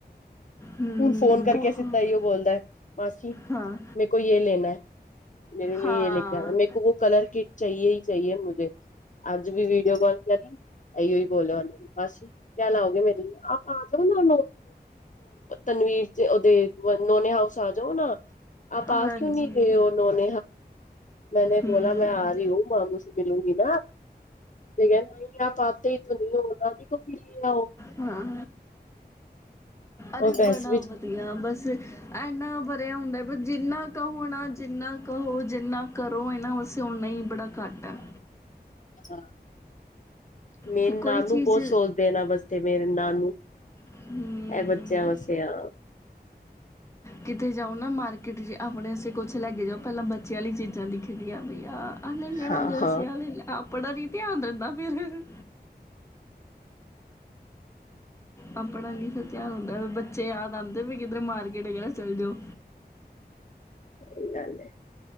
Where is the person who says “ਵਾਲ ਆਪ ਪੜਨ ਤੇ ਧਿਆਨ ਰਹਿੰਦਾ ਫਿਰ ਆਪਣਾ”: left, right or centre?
Left